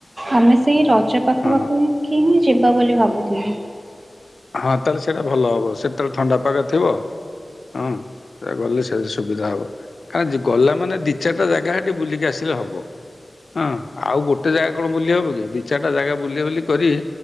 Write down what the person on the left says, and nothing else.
ହଁ
ହଁ ତାହେଲେ ସେଇଟା ଭଲ ହବ। ସେତେବେଳେ ଥଣ୍ଡା ପାଗ ଥିବ, ହଁ। ସେୟା ଗଲେ ସାରେ ସୁବିଧା ହବ। କାଁ ଗଲା ମାନେ ଦି ଚାରିଟା ଜାଗା ସେଠି ବୁଲିକି ଆସିଲେ ହବ। ହଁ, ଆଉ ଗୋଟେ ଜାଗା କଣ ବୁଲି ହବ କି? ଦି ଚାରିଟା ଜାଗା ବୁଲାବୁଲି କରି